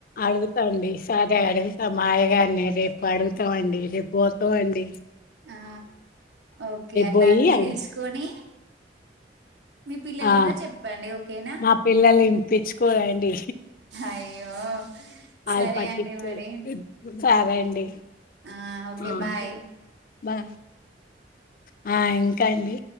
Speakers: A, on the left; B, on the right.
A: అడుగుతా అండి సరే అడుగుతా మాయగన్నే రేపు అడుగు వత్తా మండి రేపు పోతాం అండి
B: ఆ ఓకే అట్లా
A: పోయి
B: అన్నీ
A: అడు
B: తెలుసుకొని మీ పిల్లల
A: ఆ
B: కూడా చెప్పండి ఓకేనా
A: మా పిల్లలు వినిపించుకోరండి
B: అయ్యో
A: వాళ్ళు
B: సరే
A: పట్టించుకోరు
B: అండి మరి
A: సరే అండి
B: ఆ ఓకే
A: ఆ!
B: బాయ్
A: బా హ ఇంకా అండి